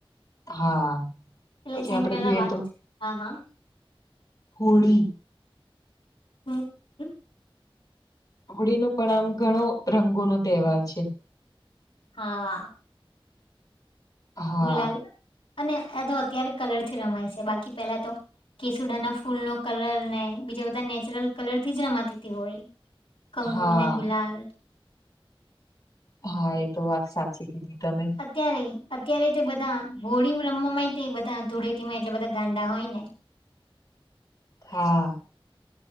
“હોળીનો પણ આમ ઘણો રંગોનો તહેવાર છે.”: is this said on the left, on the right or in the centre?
Left